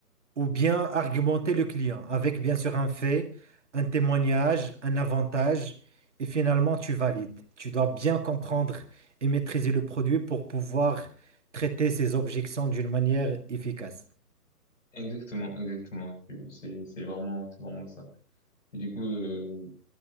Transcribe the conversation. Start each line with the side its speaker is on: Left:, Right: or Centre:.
Right: ou bien argumenter le client avec, bien sûr, un fait, un témoignage, un avantage. Et finalement, tu valides. Tu dois bien comprendre et maîtriser le produit pour pouvoir traiter ces objections d'une manière efficace.
Left: Exactement, exactement. C'est c'est- c'est vraiment, c'est vraiment ça. Et du coup, euh,